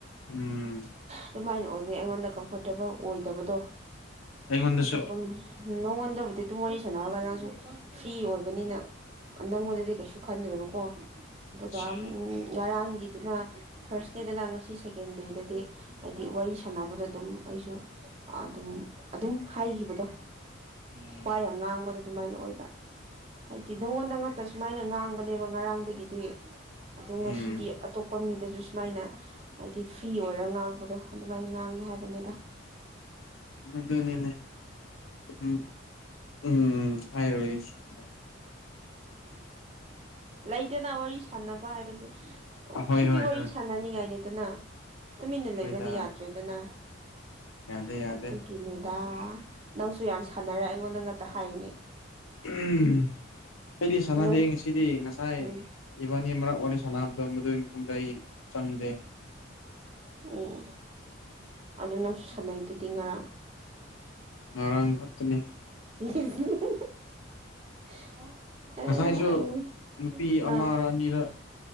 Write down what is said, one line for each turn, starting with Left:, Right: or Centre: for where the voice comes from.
Left: ꯎꯝ
Right: ꯑꯗꯨꯃꯥꯏꯅ ꯑꯣꯏꯕꯩ ꯑꯩꯉꯣꯟꯗ ꯀꯝꯐꯣꯔꯇꯦꯕꯜ ꯑꯣꯏꯗꯕꯗꯣ
Left: ꯑꯩꯉꯣꯟꯗꯁꯨ
Right: ꯑꯇꯣꯞꯄ ꯅꯉꯣꯟꯗꯕꯨꯗꯤ ꯑꯗꯨꯝ ꯋꯥꯔꯤ ꯁꯥꯟꯅꯔꯒ ꯅꯪꯖꯨ ꯐ꯭ꯔꯤ ꯑꯣꯏꯕꯅꯤꯅ ꯅꯪꯉꯣꯟꯗꯗꯤ ꯀꯩꯁꯨ ꯈꯟꯗ꯭ꯔꯦꯕꯀꯣ ꯑꯗꯨꯒ
Left: ꯑꯠꯁꯥ
Right: ꯎꯝ ꯉꯔꯥꯡꯒꯤ ꯗꯨꯅ ꯐꯥꯔꯁ ꯗꯦꯗꯅꯥ ꯉꯁꯤ ꯁꯦꯀꯦꯟ ꯗꯦꯗꯗꯤ ꯍꯥꯏꯗꯤ ꯋꯥꯔꯤ ꯁꯥꯟꯅꯕꯗꯣ ꯑꯗꯨꯝ ꯑꯩꯁꯨ ꯑꯗꯨꯝ ꯑꯗꯨꯝ ꯍꯥꯏꯈꯤꯕꯗꯣ
Left: ꯎꯝ
Right: ꯋꯥ ꯌꯥꯝ ꯉꯥꯡꯕꯗꯣ ꯗꯨꯃꯥꯏꯅ ꯑꯣꯏꯕ ꯍꯥꯏꯗꯤ ꯅꯉꯣꯟꯗ ꯉꯠꯇ ꯁꯨꯃꯥꯏꯅ ꯉꯥꯡꯕꯅꯦꯕ ꯉꯔꯥꯡꯗꯒꯤꯗꯤ ꯑꯗꯣ
Left: ꯎꯝ
Right: ꯉꯁꯤꯗꯤ ꯑꯇꯣꯞꯄ ꯃꯤꯗꯖꯨ ꯁꯨꯃꯥꯏꯅ ꯍꯥꯏꯗꯤ ꯐ꯭ꯔꯤ ꯑꯣꯏꯔ ꯉꯥꯡꯕꯗꯣ ꯑꯗꯨꯃꯥꯏꯅ ꯉꯥꯡꯉꯤ ꯍꯥꯏꯕꯅꯤꯗ
Left: ꯃꯗꯨꯅꯤꯅꯦ ꯎꯝ ꯎꯝ ꯍꯥꯏꯔꯣꯏꯒꯦ ꯁꯤꯖꯦ
Right: ꯂꯩꯗꯅꯥ ꯋꯥꯔꯤ ꯁꯥꯟꯅꯕ ꯍꯥꯏꯕꯖꯦ
Left: ꯍꯣꯏ
Right: ꯑꯁꯤꯗꯤ
Left: ꯍꯣꯏ
Right: ꯋꯥꯔꯤ
Left: ꯍꯣꯏ
Right: ꯁꯥꯟꯅꯅꯤꯡꯉꯥꯏꯅꯤꯗꯅꯥ ꯇꯨꯃꯤꯟꯅ ꯂꯩꯕꯗꯤ
Left: ꯍꯣꯏꯗ
Right: ꯌꯥꯗ꯭ꯔꯦꯗꯅꯥ
Left: ꯌꯥꯗꯦ ꯌꯥꯗꯦ
Right: ꯑꯗꯨꯒꯤꯅꯦꯗꯥ ꯅꯪꯁꯨ ꯌꯥꯝ ꯁꯥꯟꯅꯔ ꯑꯩꯉꯣꯟꯗꯪ ꯉꯥꯇ ꯍꯥꯏꯌꯦꯅꯦ
Left: ꯎꯝ ꯑꯩꯗꯤ ꯁꯥꯟꯅꯗꯦ
Right: ꯅꯪ
Left: ꯉꯁꯤꯗꯤ ꯉꯁꯥꯏ
Right: ꯎꯝ
Left: ꯏꯕꯥꯅꯤ ꯃꯔꯛ ꯋꯥꯔꯤ ꯁꯥꯟꯅꯕꯗꯣ ꯃꯗꯨꯏ ꯃꯇꯨꯡꯗ ꯑꯩ ꯆꯪꯗꯦ
Right: ꯎꯝ ꯑꯗꯨ ꯅꯪꯁꯨ ꯁꯥꯟꯅꯩꯗꯨꯗꯤ ꯉꯔꯥꯡ
Left: ꯉꯔꯥꯡ ꯈꯛꯇꯅꯦ
Right: <inaudible>
Left: ꯉꯁꯥꯏꯁꯨ
Right: ꯑꯩ
Left: ꯅꯨꯄꯤ
Right: ꯑꯥ
Left: ꯑꯃꯔ ꯑꯅꯤꯔ